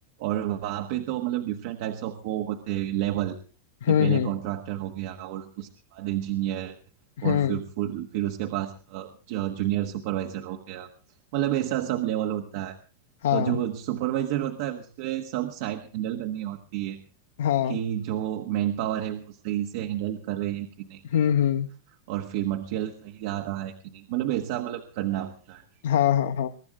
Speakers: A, on the right; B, on the left.
A: और वहाँ पे तो मतलब डिफरेंट टाइप्स ऑफ वो होते हैं लेवल
B: हम्म
A: कि पहले
B: हम्म
A: कॉन्ट्रैक्टर हो गया और उसके बाद इंजीनियर
B: हम्म
A: और फिर फुल फिर उसके पास जूनियर सुपरवाइजर हो गया मतलब ऐसा सब लेवल होता है
B: हाँ
A: तो जो सुपरवाइजर होता है उसके सब साइट हैंडल करनी होती है
B: हाँ
A: कि जो मैन पावर है वो सही से हैंडल कर रहे हैं कि नहीं
B: हम्म हम्म
A: और फिर मटेरियल सही आ रहा है कि नहीं मतलब ऐसा मतलब करना होता है
B: हाँ हाँ हाँ